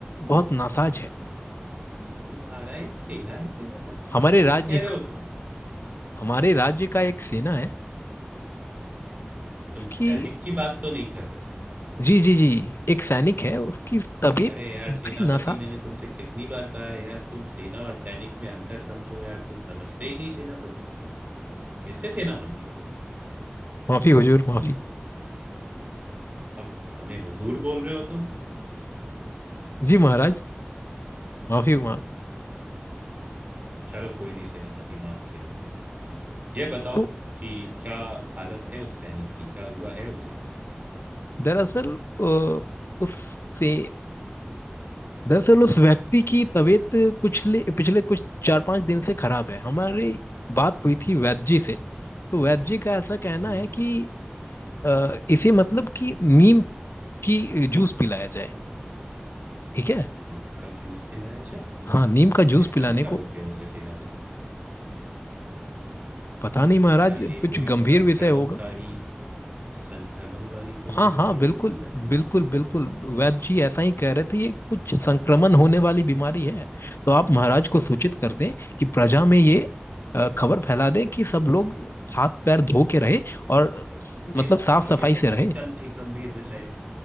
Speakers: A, on the left; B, on the right.
A: बहुत नासाज है
B: तुम्हारा एक सेना है सेनापति क्या
A: हमारे राज्य
B: कह रहे
A: का
B: हो तुम
A: हमारे राज्य का एक सेना है
B: तुम
A: उसकी
B: सैनिक की बात तो नहीं कर रहे
A: जी जी जी एक सैनिक है उसकी तबीयत
B: अरे यार
A: बड़ी
B: सेनापति
A: नासा
B: मैंने तुमसे कितनी बार कहा है यार तुम सेना और सैनिक में अंतर समझो यार तुम समझते ही नहीं सेनापति कैसे सेनापति हो तुम
A: माफी हुजूर माफी
B: अब हमें हुजूर बोल रहे हो तुम
A: जी महाराज माफी माफ
B: चलो कोई नहीं सेनापति माफ किया तुम्हें यह बताओ
A: तो
B: कि क्या हालत है उस सैनिक की क्या हुआ है उसे
A: दरअसल अ, उससे दरअसल उस व्यक्ति की तबीयत पिछले पिछले कुछ चार पांच दिन से खराब है हमारी बात हुई थी वैद्य जी से तो वैद्य जी का ऐसा कहना
B: हम्म
A: है कि अ, इसे मतलब कि नीम की जूस पिलाया जाए ठीक है
B: नीम का जूस पिलाया जाए
A: हाँ नीम का जूस
B: ऐसा
A: पिलाने
B: क्या हो
A: को
B: गया उसे सेनापति
A: पता नहीं महाराज
B: क्या ये
A: कुछ
B: कोई
A: गंभीर
B: संक्रमणकारी
A: विषय होगा
B: संक्रमण वाली कोई
A: हाँ
B: बीमारी
A: हाँ बिल्कुल
B: तो नहीं लग गई
A: बिल्कुल
B: उसे
A: बिल्कुल वैद्य जी ऐसा ही कह रहे थे ये कुछ संक्रमण होने वाली बीमारी है तो आप महाराज को सूचित कर दें कि प्रजा में ये अ, खबर फैला दें कि सब लोग हाथ पैर धो के रहे और
B: सेनापति
A: मतलब साफ सफाई
B: ये तो
A: से रहे
B: अत्यंत ही गंभीर विषय है